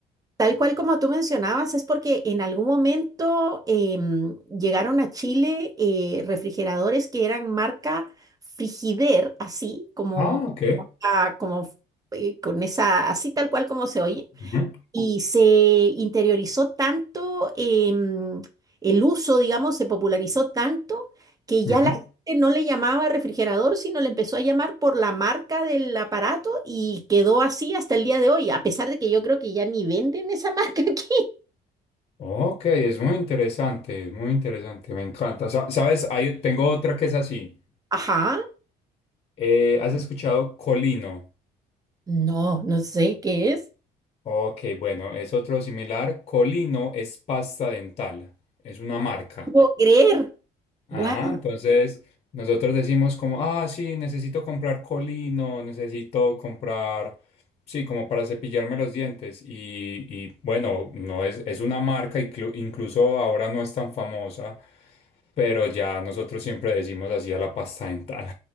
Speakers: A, on the right (about 20°); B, on the left (about 40°).
A: Tal cual como tú mencionabas, es porque en algún momento em, llegaron a Chile eh, refrigeradores que eran marca Frigider, así como,
B: Ah, ok.
A: ah, como eh, con esa, así tal cual como se oye,
B: Ujú,
A: y se interiorizó tanto em, el uso, digamos, se popularizó tanto que ya
B: ujú.
A: la gente no le llamaba refrigerador, sino le empezó a llamar por la marca del aparato y quedó así hasta el día de hoy, a pesar de que yo creo que ya ni venden esa marca <laughs> aquí.
B: Ok, es muy interesante, es muy interesante, me encanta. Sa- ¿Sabes? Hay- tengo otra que es así.
A: Ajá,
B: Eh, ¿has escuchado colino?
A: no, no sé qué es.
B: Ok, bueno, es otro similar. Colino es pasta dental, es una marca.
A: No puedo creer.
B: Ajá,
A: Guau.
B: entonces nosotros decimos como, ah, sí, necesito comprar colino, necesito comprar, sí, como para cepillarme los dientes. Y, y bueno, no es, es una marca, inclu- incluso ahora no es tan famosa, pero ya nosotros siempre decimos así a la pasta dental.